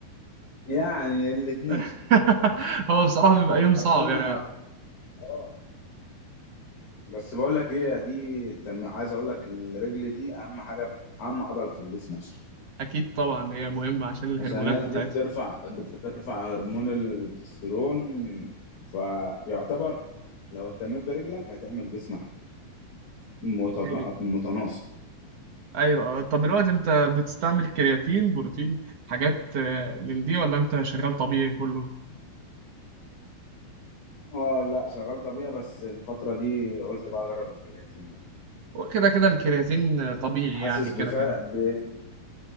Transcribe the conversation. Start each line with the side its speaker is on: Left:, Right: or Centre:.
Left: يعني الاتنين
Right: <laughs> هو بصراحه بيبقى يوم صعب
Left: اصل انا
Right: يعني
Left: اه بس بقول لك ايه دي تم عايز اقول لك الرجل دي اهم حاجه في اهم عضله في الجسم اصلا
Right: اكيد طبعا هي مهمه عشان الهرمونات
Left: عشان هي
Right: بتاعتها
Left: دي بترفع بترفع هرمون التستيرون فيعتبر لو اهتميت برجلك هتعمل جسم متق-
Right: جميل.
Left: متناسق
Right: ايوه طب دلوقتي انت بتستعمل كرياتين بروتين حاجات آه، من دي ولا انت شغال طبيعي كله
Left: اه لا شغال طبيعي بس الفتره دي قلت بقى اجرب الكرياتين بقى
Right: هو كده كده الكرياتين آه، طبيعي
Left: حاسس
Right: يعني
Left: بفرق
Right: كده كده
Left: ب... اه